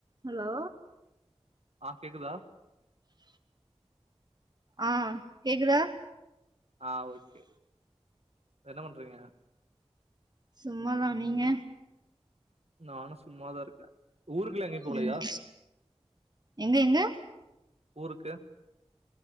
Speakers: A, on the right; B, on the right.
A: Hello
B: அஹ் கேக்குதா
A: ஆஹ் கேக்குதா
B: ஆஹ் ஓக்கே என்ன பண்றீங்க
A: சும்மாதா நீங்க
B: நானு சும்மாதான் இருக்கேன் ஊருக்குளா எங்கயும் போலையா
A: ம் எங்க எங்க
B: ஊருக்கு